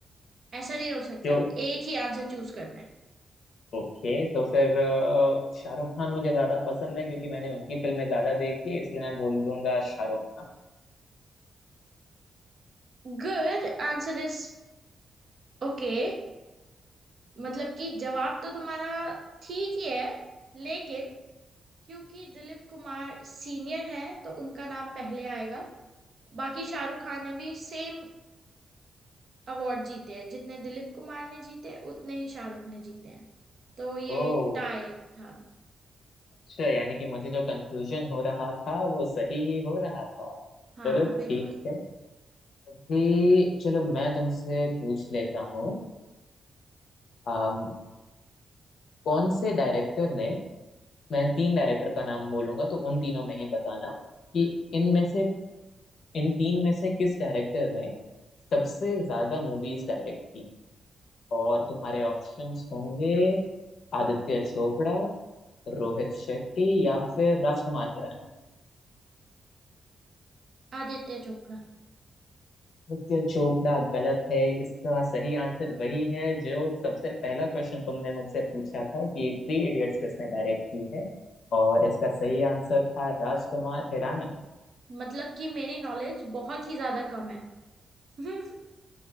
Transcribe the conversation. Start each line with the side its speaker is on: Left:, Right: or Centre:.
Right: ऐसा नहीं हो सकता
Left: जो
Right: है एक ही आंसर चूज करना है
Left: ओके तो फिर अ, शाहरुख खान मुझे ज्यादा पसंद है क्योंकि मैंने उनकी फिल्में ज्यादा देखी है इसलिए मैं बोल दूंगा शाहरुख खान
Right: Good answer is okay मतलब कि जवाब तो तुम्हारा ठीक ही है लेकिन क्योंकि दिलीप कुमार सीनियर है तो उनका नाम पहले आएगा बाकी शाहरुख खान ने भी सेम अवार्ड जीते हैं जितने दिलीप कुमार ने जीते उतने ही शाहरुख ने जीते हैं तो ये
Left: ओ
Right: एक टाई था
Left: अच्छा यानी कि मुझे जो कंफ्यूजन हो रहा था वो सही ही हो रहा था
Right: हाँ
Left: चलो ठीक
Right: बिल्कुल
Left: है अभी चलो मैं तुमसे पूछ लेता हूँ अम, कौन से डायरेक्टर ने मैं तीन डायरेक्टर का नाम बोलूंगा तो उन तीनों में ही बताना कि इनमें से इन तीन में से किस डायरेक्टर ने सबसे ज्यादा मूवीज डायरेक्ट की और तुम्हारे ऑप्शंस होंगे आदित्य चोपड़ा रोहित शेट्टी या फिर राजकुमार हिरानी
Right: आदित्य चोपड़ा
Left: नित्य चोपड़ा गलत है इसका सही आंसर वही है जो सबसे पहला क्वेश्चन तुमने मुझसे पूछा था कि थ्री इडियट्स किसने डायरेक्ट की है और इसका सही आंसर था राजकुमार हिरानी
Right: मतलब कि मेरी नॉलेज बहुत ही ज्यादा कम है <laughs>